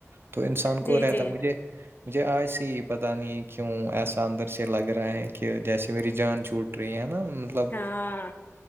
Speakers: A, on the right (about 50°); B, on the left (about 40°).
A: تو انسان
B: جی
A: کو رہتا
B: جی
A: مجھے مجھے آج سے یہ پتاہ نہیں کیوں ایسا اندر سے لگ رہا ہے کہ جیسیے میری جان چھوٹ ہے نا مطلب
B: ہاں